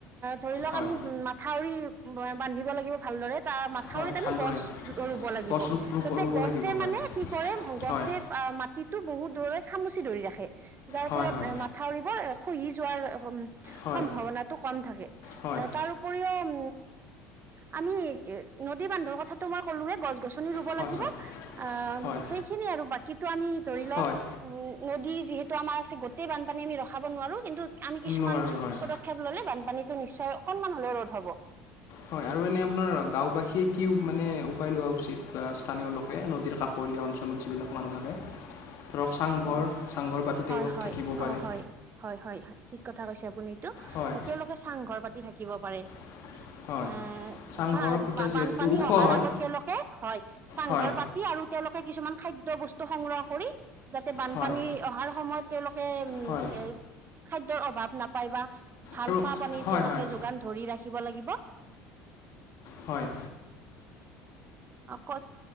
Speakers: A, on the right; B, on the left.
A: ধৰি লক
B: হয়
A: আমি মথাউৰি বান্ধিব লাগিব ভালদৰে মাথাউৰিত
B: হয় ভালদৰে
A: আমি গছ ৰুব লাগিব
B: গছ ৰুপ ৰুব
A: যাতে
B: ৰুব
A: গছে
B: লাগিব হয়
A: মানে কি কৰে গছে
B: হয়
A: মাটিটো বহুত দ্বৰে খামুচি ধৰি ৰাখে যাৰ
B: হয়
A: ফলত
B: হয়
A: এ মাথাউৰিব খহি যোৱাৰ
B: হয়
A: সম্ভাৱনাটো কম থাকে
B: হয়
A: তাৰো উম আমি নদী বান্ধৰ কথাটো মই ক'লোৱে গছ গছনি ৰুব
B: হয়
A: লাগিব
B: হয়
A: অ
B: হয়
A: সেইখিনি আৰু বাকীটো আমি ধৰি লওক
B: হয়
A: নদী যিহেতু আমাৰ আছে গোটেই বানপানী আমি ৰখাব নোৱাৰো কিন্তু আমি কিছুমান
B: নোৱাৰোঁ হয়
A: পদক্ষেপ ললে বানপানী টো নিশ্চয় অকনমান হলেও ৰুধ হ'ব
B: হয় আৰু এনে আপোনাৰ গাঁওবাসীয়ে কি মানে উপায় লোৱা উচিত বা স্থানীয় লোকে নদীৰ কাষত ঘৰীয়া অঞ্চলত যিবিলাক মানুহ থাকে ধৰক চাংঘৰ
A: উম
B: চাংঘৰ পাতি
A: হয়
B: তেওঁলোক
A: হয়
B: থাকিব পাৰে
A: অ হয় হয় হয় ঠিক কথা কৈছে আপুনি এইতো
B: হয়
A: তেওঁলোকে চাংঘৰ পাতি থাকিব পাৰে
B: <unintelligible>
A: এ
B: চাংঘৰ
A: চা
B: খুটা যিহেতু
A: বানপানী
B: ওখ
A: অহাৰ
B: হয়
A: আগত তেওঁলোকে হয় চাংঘৰ
B: হয়
A: পাতি আৰু তেওঁলো কে কিছুমান খাদ্য বস্তু সংগ্ৰহ কৰি যাতে বানপানী
B: হয়
A: অহাৰ সময়ত তেওঁলোকে উম
B: হয়
A: এ খাদ্যৰ অভাৱ নাপায় বা ভাল
B: আৰু
A: খোৱা পানী
B: হয়
A: তেওঁলোকে
B: হয়
A: যোগান ধৰি ৰাখিব লাগিব
B: হয়
A: অ কয়